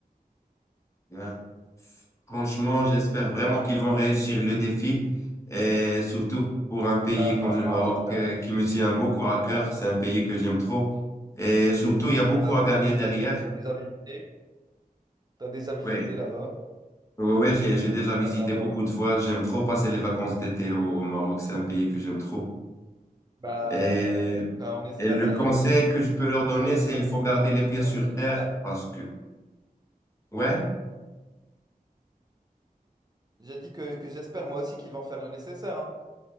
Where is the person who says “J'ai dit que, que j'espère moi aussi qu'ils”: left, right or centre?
Right